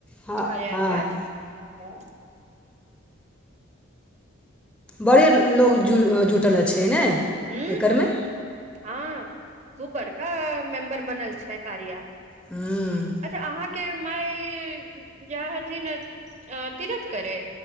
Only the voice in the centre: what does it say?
हँ
हँ
बड़े लोको जु जुटल छै ने
एकरमे
ह्म्म